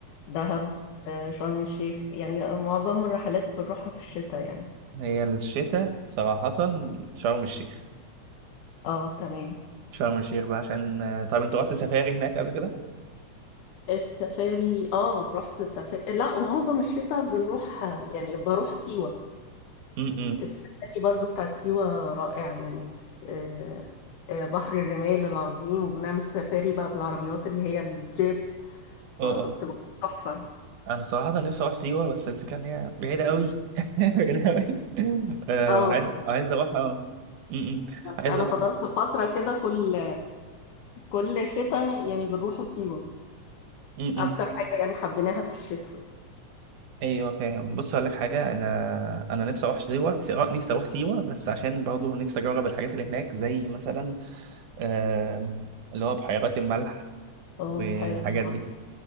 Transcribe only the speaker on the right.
هي الشتاء صراحة شرم الشيخ
شرم الشيخ بقى عشان آه، طب انت رحت سفاري هناك قبل كده؟
امم
اه اه
انا صراحة نفسي اروح سيوة بس الفكرة ان هي بعيدة قوي <laughs> بعيدة قوي آه
وعايز عايز اروح اه امم
عايز
اروح
امم
ايوه فاهم بص اقول لك حاجة انا انا نفسي اروح سيوة بس- آه، نفسي اروح سيوة بس عشان برضه نفسي اجرب الحاجات اللي هناك زي مثلا آه اللي هو بحيرات الملح
والحاجات
دي